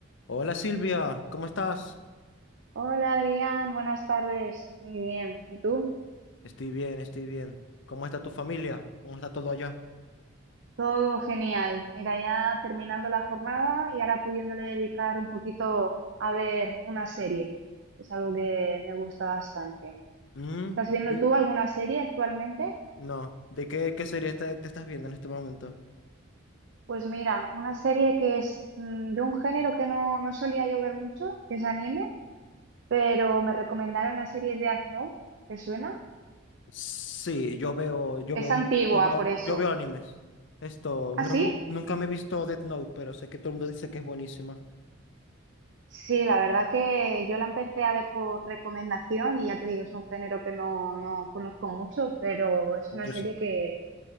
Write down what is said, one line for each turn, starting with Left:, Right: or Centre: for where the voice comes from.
Left: Hola Silvia, ¿cómo estás?
Right: Hola Adrián, buenas tardes. Muy bien. ¿Y tú?
Left: Estoy bien, estoy bien. ¿Cómo está tu familia? ¿Cómo está todo allá?
Right: Todo genial. Mira, ya terminando la jornada y ahora pudiéndole dedicar un poquito a ver una serie. Es algo que me gusta bastante.
Left: Mm,
Right: ¿Estás viendo
Left: de-
Right: tú alguna serie actualmente?
Left: No, ¿de qué, qué serie está- te estás viendo en este momento?
Right: Pues mira, una serie que es mm, de un género que no, no solía yo ver mucho, que es anime, pero me recomendaron la serie de Death Note. ¿Te suena?
Left: Sí, yo veo, yo
Right: Es
Left: veo,
Right: antigua,
Left: mu- yo veo,
Right: por eso.
Left: yo veo animes. Esto,
Right: ¿Ah,
Left: no,
Right: sí?
Left: nu- nunca me he visto Death Note, pero sé que todo el mundo dice que es buenísima.
Right: Sí, la verdad que yo la empecé a ver por recomendación y ya te digo, es un género que no, no conozco mucho, pero es
Left: Yo
Right: una serie
Left: sí.
Right: que,